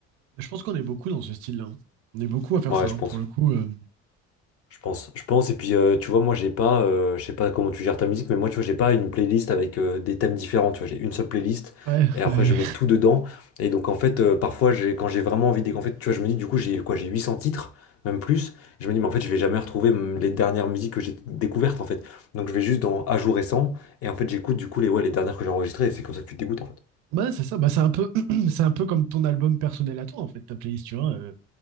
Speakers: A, on the right; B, on the left.
A: Je pense qu'on est beaucoup dans ce style-là. hein. On est beaucoup à faire
B: Ouais,
A: ça,
B: je
A: hein,
B: pense.
A: pour le coup. euh.
B: Je pense, je pense. Et puis, euh, tu vois, moi, j'ai pas, euh, je sais pas comment tu gères ta musique, mais moi, tu vois, j'ai pas une playlist avec euh, des thèmes différents. Tu vois, j'ai une seule playlist
A: Ouais,
B: et après,
A: ouais.
B: je mets tout dedans. Et donc, en fait, euh, parfois, j'ai, quand j'ai vraiment envie, de, en fait, tu vois, je me dis, du coup, j'ai quoi, j'ai 800 titres, même plus. Je me dis, mais en fait, je vais jamais retrouver mm, les dernières musiques que j'ai découvertes, en fait. Donc, je vais juste dans à jour récent et en fait, j'écoute du coup les, ouais, les dernières que j'ai enregistrées. Et c'est comme ça que tu te dégoûtes, en fait.
A: Bah, c'est ça, bah, c'est un peu, <clears throat> c'est un peu comme ton album personnel à toi, en fait, ta playlist, tu vois. euh,